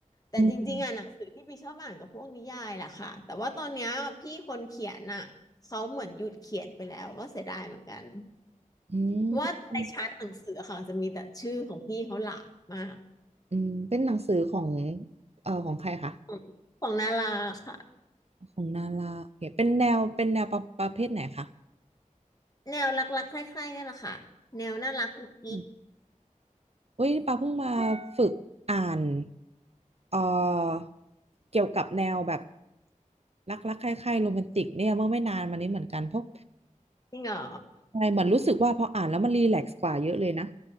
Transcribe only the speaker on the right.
อืมอืมเป็น
อืมเป็นหนังสือของเอ่อของใครคะ
ของนาราโอเคเป็นแนวเป็นแนวประประเภทไหนคะ
อืมอุ้ยปาเพิ่งมาฝึกอ่านเอ่อเกี่ยวกับแนวแบบรักรักใคร่ๆโรแมนติกเนี่ยเมื่อไม่นานมานี้เหมือนกันเพราะ
ใช่เหมือนรู้สึกว่าพออ่านแล้วมันรีแลกซ์กว่าเยอะเลยนะ